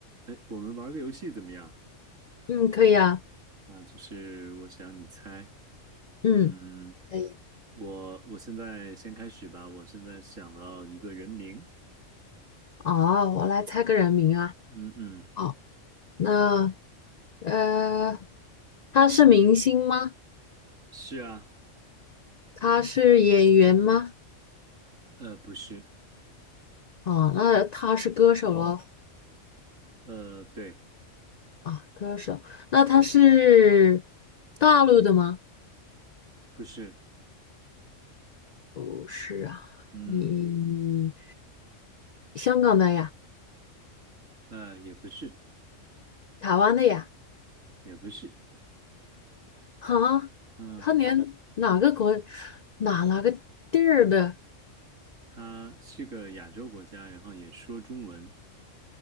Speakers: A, on the right; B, on the left.
A: 哎，我们玩个游戏怎么样？
B: 嗯，可以啊，
A: 啊，就是我想你猜，
B: 嗯，
A: 嗯，
B: 可以。
A: 我我现在先开始吧。我现在想到一个人名，
B: 哦，我来猜个人名啊，
A: 嗯嗯，
B: 哦，那呃，他是明星吗？
A: 是啊，
B: 他是演员吗？
A: 呃，不是，
B: 哦，那他是歌手咯，
A: 呃，对，
B: 啊，歌手，那他是大陆的吗？
A: 不是，
B: 不是啊，
A: 嗯，
B: 咦，香港的呀，
A: 呃，也不是，
B: 台湾的呀，
A: 也不是，
B: 哈，
A: 嗯，
B: 他连哪个国哪哪个地儿的？
A: 他是个亚洲国家，然后也说中文，